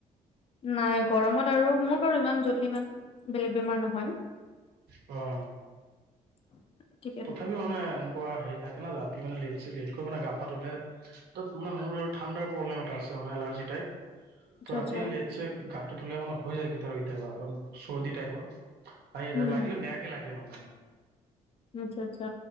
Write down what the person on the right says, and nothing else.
অ।
তথাপিও মানে এনেকুৱা হেৰি থাকে না ৰাতি মানে লেট চে লেট কৰি মানে গা পা ধুলে ত মানে মোৰ ঠাণ্ডাৰ প্ৰব্লেম এটা আছে মানে এলাৰ্জি টাইপ
ত ৰাতি
লে চেক গাটো ধুলে মানে হৈ যায় কেতিয়াবা-কেতিয়াবা অলপ চৰ্দি টাইপৰ। আহি
যা লাগিলে বেয়াকে লাগে মানে-